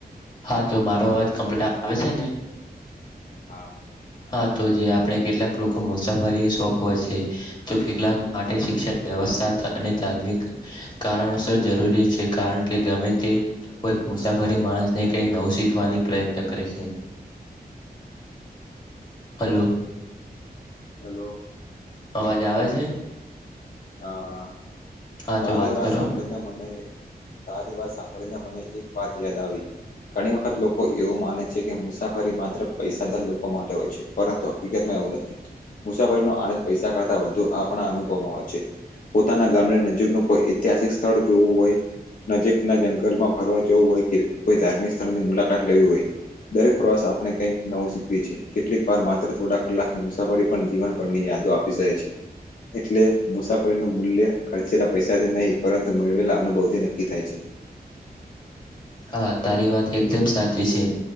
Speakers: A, on the left (about 25°); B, on the left (about 55°).
A: હા તો મારો અવાજ કમ્પ્લીટ આવે છે ને
B: હા
A: હા તો જે આપણે કેટલાક લોકો મુસાફરી શોખ હોય છે તો કેટલાક માટે શિક્ષણ વ્યવસ્થા અને ધાર્મિક કારણોસર જરૂરી છે કારણ કે ગમે તે કોઈ મુસાફરી માણસને કઈ નવું શીખવાની પ્રયત્ન કરે છે હલો
B: હલો
A: અવાજ આવે છે?
B: હા,
A: હા
B: તારી
A: તો
B: વાત
A: કરો
B: સાંભળીને મને તારી વાત સાંભળીને મને એક વાત યાદ આવી. ઘણી વખત લોકો એવું માને છે, કે મુસાફરી માત્ર પૈસાદાર લોકો માટે હોય છે. પરંતુ હકીકતમાં એવું નથી, મુસાફરીનો આનંદ પૈસા કરતા વધુ આપણા અનુભવમાં હોય છે. પોતાના ગામને નજીક નો કોઈ ઐતિહાસિક સ્થળ જોવું હોય નજીક ના જંગલમાં ફરવા જવું હોય, કે કોઈ ધાર્મિક સ્થળની મુલાકાત લેવી હોય. દરેક પ્રવાસ આપણે કંઈક નવું શીખવી છે, કેટલીક વાર માત્ર થોડા કલાકની મુસાફરી પણ જીવન ભર ની યાદો આપ પીસાય છે, એટલે મુસા ફરી નુ મૂલ્ય ખર્ચેલા પૈસાથી નહીં, પરંતુ મેળવેલા અનુભવ થી નક્કી થાય છે.
A: હા, તારી વાત એકદમ સાચી છે.